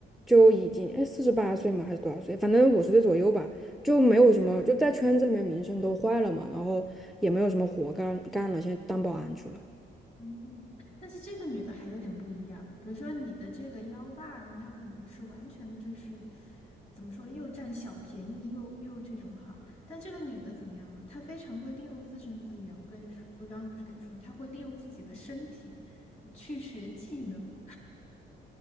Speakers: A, in the centre; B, on the left.
A: 就已经哎四十八岁嘛，还是多少岁？反正五十岁左右吧，就没有什么，就在圈子里面名声都坏了嘛，然后也没有什么活干干了，现在当保安去了。
B: 嗯，但是这个女的还有点不一样，比如说你的这个幺爸呢，他可能是完全的就是怎么说，又占小便宜又又这种哈，但这个女的怎么样呢？她非常会利用自身资源，我跟你说，不，刚刚不是跟你说，她会利用自己的身体去学技能。